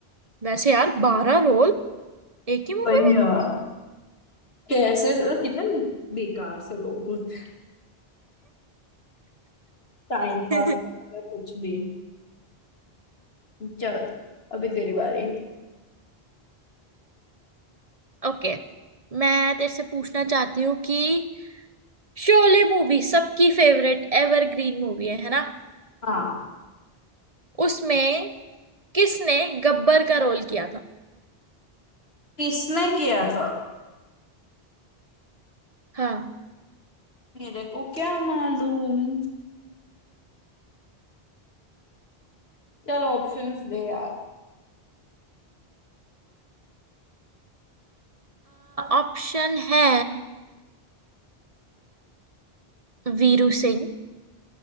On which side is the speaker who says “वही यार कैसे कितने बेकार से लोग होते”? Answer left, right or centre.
Left